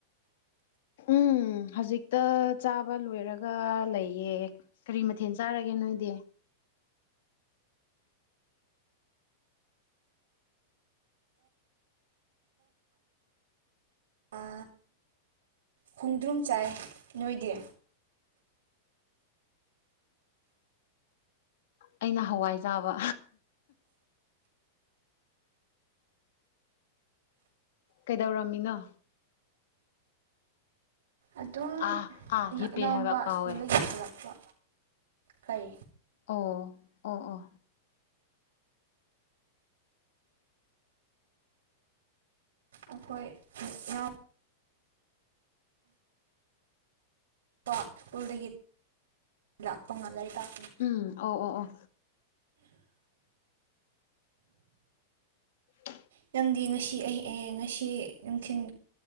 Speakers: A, on the left; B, on the right.
A: ꯎꯝ ꯍꯧꯖꯤꯛꯇ ꯆꯥꯕ ꯂꯣꯏꯔꯒ ꯂꯩꯌꯦ ꯀꯔꯤ ꯃꯊꯦꯜ ꯆꯥꯔꯒꯦ ꯅꯣꯏꯗꯤ
B: ꯑ ꯈꯣꯡꯗ꯭ꯔꯨꯝ ꯆꯥꯏ ꯅꯣꯏꯗꯤ
A: ꯑꯩꯅ ꯍꯋꯥꯏ ꯆꯥꯕ ꯀꯩꯗꯧꯔꯝꯃꯤꯅꯣ
B: ꯑꯗꯨꯝ
A: ꯑꯥ ꯑꯥ ꯍꯤꯞꯄꯦ
B: ꯏꯅꯥꯎꯄꯥ
A: ꯍꯥꯏꯕ ꯀꯥꯎꯋꯦ
B: ꯁ꯭ꯀꯨꯜꯗꯒꯤ ꯍꯜꯂꯛꯄ ꯀꯩ
A: ꯑꯣ ꯑꯣ ꯑꯣ
B: ꯑꯈꯣꯏ ꯏꯅꯥꯎ ꯄꯥ ꯁ꯭ꯀꯨꯜꯗꯒꯤ ꯂꯥꯛꯄ ꯉꯜꯂꯦ ꯇꯥꯎ
A: ꯎꯝ ꯑꯣ ꯑꯣ ꯑꯣ <inaudible>
B: ꯅꯪꯗꯤ ꯉꯁꯤ ꯑꯩ ꯑꯦ ꯉꯁꯤ ꯅꯨꯡꯊꯜ